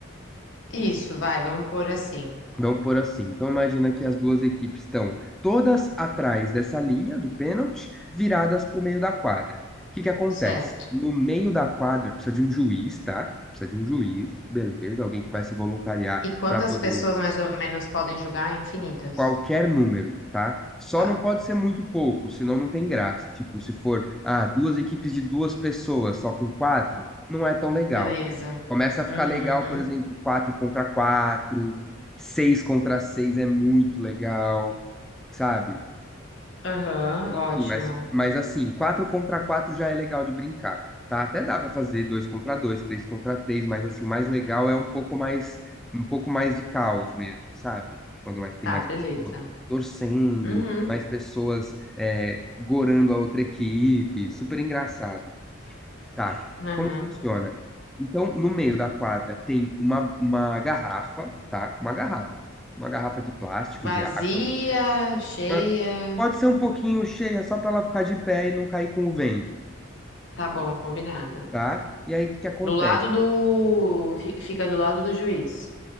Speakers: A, on the left; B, in the centre.
A: Isso, vai, vamos pôr assim.
B: Vamos por assim. Então, imagina que as duas equipes estão todas atrás dessa linha do pênalti, viradas para o meio da quadra. O que que acontece?
A: Certo.
B: No meio da quadra precisa de um juiz, tá? Precisa de um juiz, beleza, alguém que vai se voluntariar
A: E quantas
B: para poder
A: pessoas mais ou menos podem jogar? Infinitas.
B: qualquer número, tá? Só
A: Tá.
B: não pode ser muito pouco, senão não tem graça. Tipo, se for, ah, duas equipes de duas pessoas, só com quatro, não é tão legal.
A: Beleza.
B: Começa a
A: Uhum.
B: ficar legal, por exemplo, quatro contra quatro, seis contra seis é muito legal, sabe?
A: Aham,
B: Enfim,
A: ótimo.
B: mas, mas assim, 4 contra 4 já é legal de brincar, tá? Até dá pra fazer 2 contra 2 3 contra três mas assim, mais legal é um pouco mais um pouco mais de caos mesmo, sabe? Quando mais tem
A: Tá,
B: mais
A: beleza.
B: pessoas torcendo,
A: Uhum.
B: mais pessoas é, gorando a outra equipe, super engraçado, tá?
A: Aham.
B: Como funciona? Então, no meio da quadra tem uma, uma garrafa, tá? Uma garrafa, uma garrafa de plástico,
A: Vazia,
B: de água
A: cheia.
B: mas pode ser um pouquinho cheia, só para ela ficar de pé e não cair com o vento,
A: Tá bom, combinado.
B: tá? E aí o que acontece?
A: Do lado do. fi- Fica do lado do juiz.